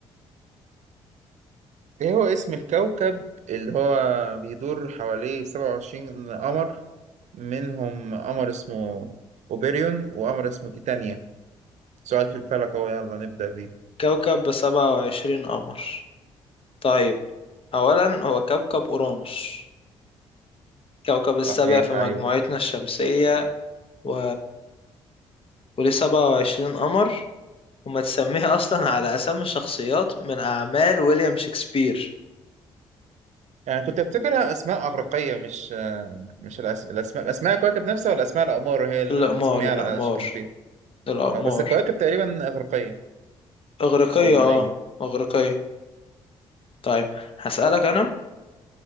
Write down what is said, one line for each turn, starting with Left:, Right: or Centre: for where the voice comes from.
Right: ايه هو اسم الكوكب اللي هو بيدور حواليه 27 قمر منهم قمر اسمه اوبيريون وقمر اسمه تيتانيا سؤال في الفلك اهو يلا نبدأ بيه
Left: كوكب بسبعة وعشرين قمر طيب اولا هو كوكب اورانوس كوكب السابع
Right: صحيح
Left: في مجموعتنا
Right: ايوه
Left: الشمسية و... وليه سبعة وعشرين قمر وما تسميه <laughs> اصلا على اسامي الشخصيات من اعمال ويليام شكسبير
Right: يعني كنت افتكرها اسماء اغريقيه مش آه، مش الأس... الاسماء اسماء الكواكب نفسها ولا اسماء الاقمار هي اللي
Left: الاقمار
Right: مسميها
Left: الاقمار
Right: على شكسبير
Left: الاقمار
Right: آه، بس الكواكب تقريبا اغريقيه
Left: اغريقية
Right: او رومانيه
Left: اه اغريقية طيب هسألك أنا